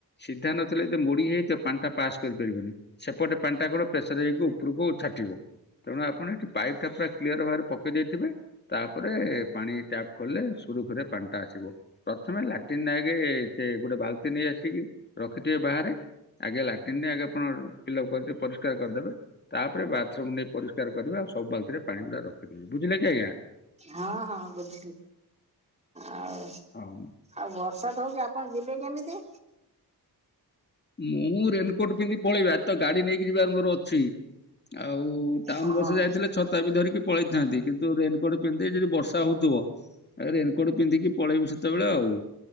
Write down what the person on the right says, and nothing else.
ହଁ ହଁ ବୁଝିଲି ଆଉ ଆଉ
ବର୍ଷା ତ ହୋଉଛି ଆପଣ ଯିବେ କେମିତି?
ହଁ